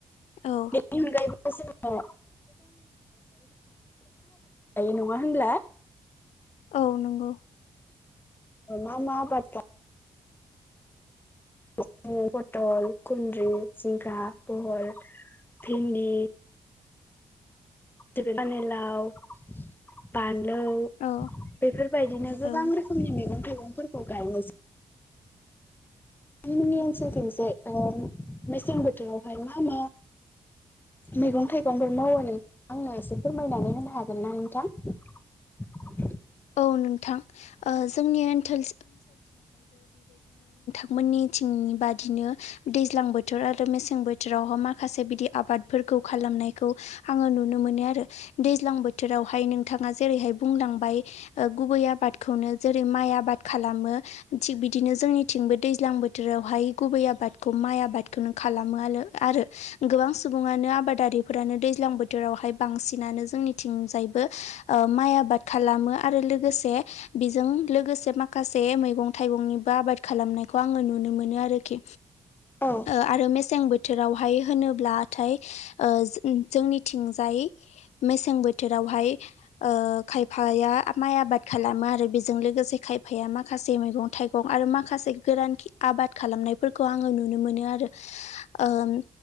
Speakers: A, on the left (about 80°); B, on the left (about 15°).
A: औ
B: बेनि अनगायैबो जोङो <unintelligible> नङा होनब्ला
A: औ नंगौ
B: ओ मा मा आबाद गा <unintelligible> पथल खुन्द्रिं जिंगा बहल भिन्दी <unintelligible> फानिलाव बान लौ
A: औ
B: बेफोरबायदिनो गोबां
A: औ
B: रोखोमनि मैगं थाइगंफोरखौ गायो जो थांमोननि ओनसोलथिंसो ओ मेसें बोथोरावहाय मा मा मैगं थाइगंफोर मावो नों आंनो एसे फोरमायनानै होनो हागोन ना नोंथां <inaudible>
A: औ नोंथां ओ जोंनि ओनथोल मोननिथिंनि बादिनो दैज्लां बोथोर आरो मेसें बोथोरावहा मा खासे बिदि आबादफोरखौ खालामनायखौ आङो नुनो मोनो आरो दैज्लां बोथोरावहाय नोंथाङा जेरैहाय बुंलांबाय ओ गुबै आबादखौनो जेरै माइ आबाद खालामो थिग बिदिनो जोंनिथिंबो दैज्लां बो बोथोरावहाय गुबै आबादखौ माइ आबादखौनो खालामो आलो आरो गोबां सुबुङानो आबादारिफोरानो दैज्लां बोथोरावहाय बांसिनानो जोंनिथिंजायबो ओ माइ आबाद खालामो आरो लोगोसे बेजों लोगोसे माखासे मैगं थाइगंनिबो आबाद खालामनायखौ आङो नुनो नो मोनो आरोखि
B: औ
A: ओ आरो मेसें बोथोराव हाय होनोब्लाथाय ओ जो जोंनिथिंजाय मेसें बो थोरावहाय ओ खायफाया माइ आबाद खालामो आरो बेजों लोगोसे खायफाया माखासे मैगं थाइगं आरो माखासे गोरान खि आ बाद खालामनायफोरखौ आङो नुनो मोनो आरो ओम